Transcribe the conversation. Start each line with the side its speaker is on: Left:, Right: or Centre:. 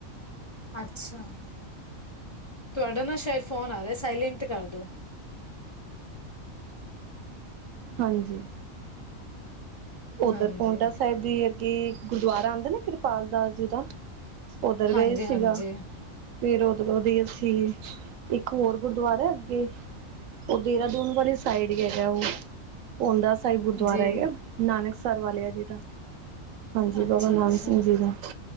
Left: ਅੱਛਾ ਤੁਹਾਡਾ ਨਾ ਸ਼ਾਇਦ ਫੋਨ ਆ ਰਿਆ ਸਾਇਲੈਂਟ ਤੇ ਕਰਦੋ।
Right: ਹਾਂਜੀ ਓਧਰ
Left: ਹਾਂਜੀ
Right: ਪੋਂਟਾ ਸਾਹਿਬ ਦੀ ਅੱਗੇ ਗੁਰਦੁਆਰਾ ਆਂਦਾ ਨਾ ਕਿਰਪਾਲ ਦਾਸ ਜੀ ਦਾ। ਉਧਰ
Left: ਹਾਂਜੀ
Right: ਗਏ ਸੀਗਾ।
Left: ਹਾਂਜੀ
Right: ਫੇਰ ਉਧਰੋਂ ਦੀ ਅਸੀਂ ਇੱਕ ਹੋਰ ਗੁਰਦੁਆਰਾ ਅੱਗੇ ਓ ਦੇਹਰਾਦੂਨ ਵਾਲੀ ਸਾਈਡ ਹੀ ਹੈਗਾ ਓ ਓੰਦਾ ਸਾਹਿਬ ਗੁਰਦੁਆਰਾ
Left: ਜੀ
Right: ਹੈਗਾ ਨਾਨਕ ਸਰ ਵਾਲਿਆ ਜੀ ਦਾ। ਹਾਂਜੀ
Left: ਅੱਛਾ
Right: ਬਾਬਾ ਨੰਦ
Left: ਅੱਛਾ
Right: ਸਿੰਘ ਜੀ ਦਾ।